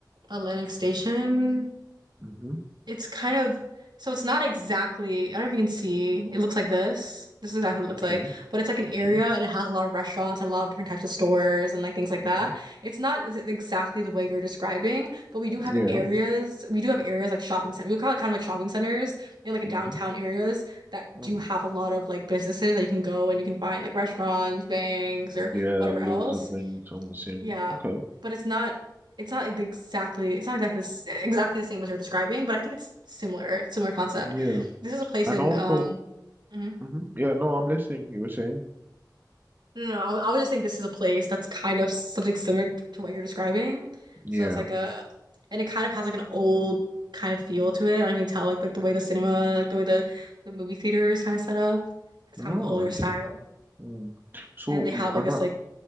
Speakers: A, on the right (about 75°); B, on the right (about 25°).
A: Atlantic Station.
B: Mhm.
A: It's kind of so it's not exactly, I don't know if you can see. It looks like this. This is exactly what it looks
B: Okay,
A: like. But it's like an area
B: okay.
A: and it has a lot of restaurants and a lot of different types of stores and like things like
B: hmm
A: that. It's not ex- exactly the way you're describing, but we do have
B: Yeah.
A: areas. We do have areas like shopping center. We call it kind of like shopping centers in like downtown
B: hmm
A: areas that do
B: Oh.
A: have a lot of like businesses that you can go and you can find like restaurants, banks, or
B: Yeah,
A: whatever
B: loads
A: else.
B: of things on the same.
A: Yeah,
B: Okay.
A: but it's not it's not like the- exactly it's not exactly the, s- exactly the same as you're describing, but I think it's similar, similar concept.
B: Yeah.
A: This is a place
B: And
A: in
B: also,
A: um mhm.
B: hmm Yeah, no, I'm listening. You were saying?
A: No, no, I wa- I would just think this is a place that's kind of something similar to what you're describing.
B: Yeah.
A: So it's like a and it kind of has like an old kind of feel to it. I can tell like like the way the cinema, like the way the the movie theater is kind of set up. It's
B: Oh,
A: kind of like older
B: I
A: style,
B: see. Mm. So,
A: and they have like
B: another,
A: this like